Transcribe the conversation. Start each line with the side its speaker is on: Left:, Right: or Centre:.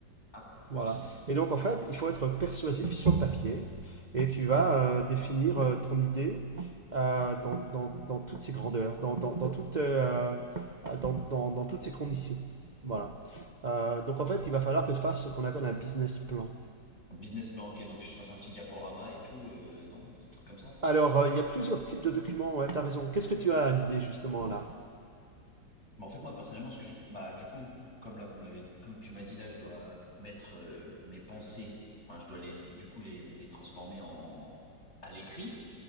Left: ah merci.
Right: Voilà. Et donc, en fait, il faut être persuasif sur le papier et tu vas euh, définir euh, ton idée euh, dans, dans- dans toutes ses grandeurs, dans, dans- dans toutes, euh, dans, dans- dans toutes ses conditions. Voilà. Euh, donc, en fait, il va falloir que tu fasses ce qu'on appelle un business plan.
Left: En Business plan, ok, donc que je fasse un petit diaporama et tout, euh, non, des trucs comme ça.
Right: Alors, euh, il y a plusieurs types de documents, ouais, tu as raison. Qu'est-ce que tu as à l'idée justement là?
Left: Mais en fait moi personnellement, ce que je, bah du coup, comme là vous m'avez, comme tu m'as dit là, je dois mettre euh, mes pensées, enfin je dois les du coup les les transformer en à l'écrit.